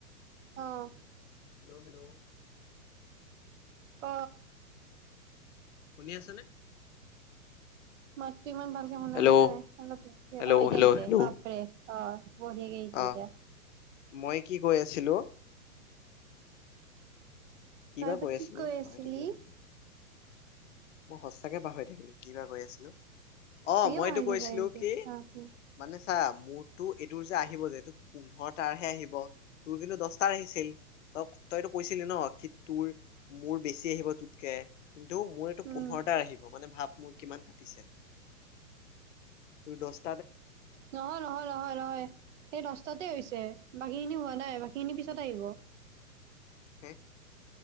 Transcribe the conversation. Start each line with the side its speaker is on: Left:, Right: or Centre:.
Right: অঁ',
Left: হেল্ল'-হেল্ল',
Right: ক?
Left: ঠিকে আছে নে?
Right: মাত ইমান ভালকে শুনা
Left: হেল্ল'
Right: নাই, অলপ-আলপকে,
Left: হেল্ল'
Right: অ' এতিয়া
Left: হেল্ল'
Right: আহিছে
Left: হেল্ল'
Right: বাপ'ৰে, অ', বঢ়িয়াকে আহিছে
Left: অ।
Right: এতিয়া।
Left: মই কি কৈ আছিলো। কিবা
Right: তই বা কি
Left: আছিলো
Right: কৈ
Left: পাহৰি
Right: আছিলি।
Left: থাকিলো নহয়। মই সঁচাকে পাহৰি থাকিলো। কি বা কৈ আছিলো, অ'
Right: সঁচাকে
Left: মই
Right: পাহৰি
Left: এইটো কৈছিলো
Right: থাকিলি নেকি
Left: কি
Right: অ কি
Left: মানে চা মূৰটো এইটো যে আহিব যে পোন্ধৰটা হে আহিব, তোৰ কিন্তু দশতাৰ আহিছিল, তই কি তোৰ মোৰ বেছি আহিব তোৰ যে কিন্তু মোৰ সেইটো
Right: উম
Left: পোন্ধৰটা আহিব, মানে ভাৱ। মোৰ কিমান কৰিছে, তোৰ দশ
Right: নহয়-নহয়-নহয়-নহয় সেই দহটাতে হৈছে। বাকী খিনি হোৱা নাই, বাকী খিনি পিছত আহিব।
Left: উম,